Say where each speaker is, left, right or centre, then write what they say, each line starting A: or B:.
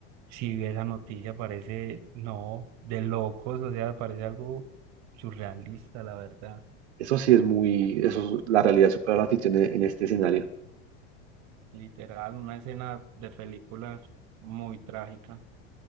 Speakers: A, on the right; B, on the right.
A: Si esa noticia parece, no, de locos, o sea, parece algo surrealista, la verdad.
B: Eso sí es muy, eso, la realidad supera la ficción en, en este escenario.
A: Literal, una escena de películas muy trágica